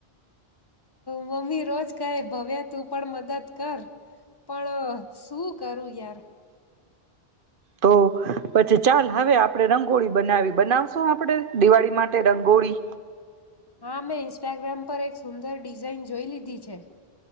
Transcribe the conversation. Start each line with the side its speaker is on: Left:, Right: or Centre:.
Left: મમ્મી રોજ કાય ભવ્યા તું પણ મદદ કર પણ શું કરું યાર
Right: તો પછી ચાલ હવે આપણેે રંગોળી બનાવી બનાવશું આપડે દિવાળી માટે રંગોળી
Left: હા મેં ઈન્સ્ટાગ્રામ પર એક સુંદર ડિઝાઇન જોઈ લીધી છે.